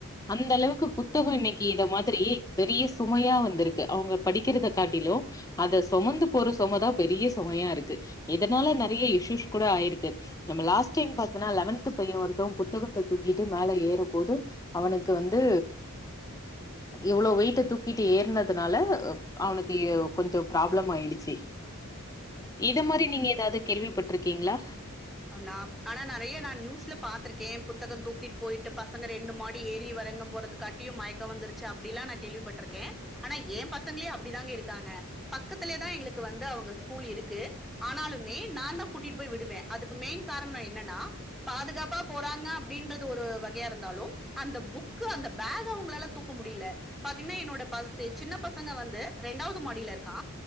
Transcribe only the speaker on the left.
அந்த அளவுக்கு புத்தகோ இன்னைக்கி இத மாதிரி பெரிய சுமையா வந்திருக்கு அவங்க படிக்கறத காட்டிலு அத சொமந்து போற சொமதா பெரிய சுமையா இருக்கு இதனால நெறைய இஷயூஸ் கூட ஆயிருக்கு நம்ம லாஸ்ட் டைம் பாத்தனா லெவன்த் பைய ஒருத்த புத்தகத்த தூக்கிட்டு மேல ஏறும்போது அவனுக்கு வந்து இவ்ளோ வெயிட்ட தூக்கிட்டு ஏறுனதுனால அவனுக்கு கொஞ்ச ப்ராப்ளம் ஆயிடுச்சு இது
மாரி
நீங்க ஏதாவது கேள்வி பட்ருக்கீங்களா